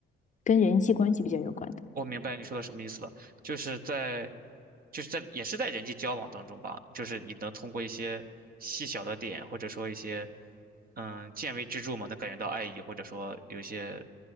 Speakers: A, on the left (about 40°); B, on the right (about 45°).
A: 跟人际关系比较有关。的。
B: 我明白你说的什么意思了，就是在。就是在也是在人际交往当中吧，就是你能通过一些细小的点，或者说一些嗯见微知著嘛，能感觉到爱意，或者说有一些